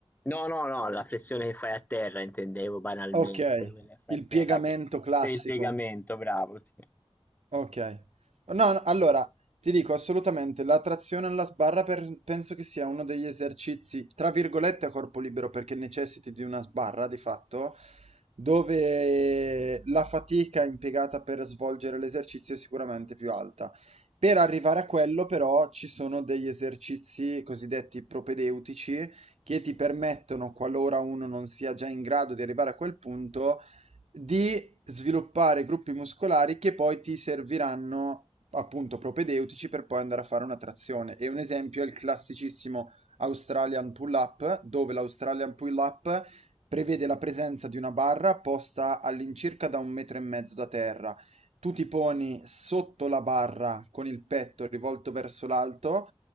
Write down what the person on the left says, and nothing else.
No, no, no, la flessione che fai a terra intendevo banalmente,
quella che fai
a terra
che
sei il piegamento, bravo, sì.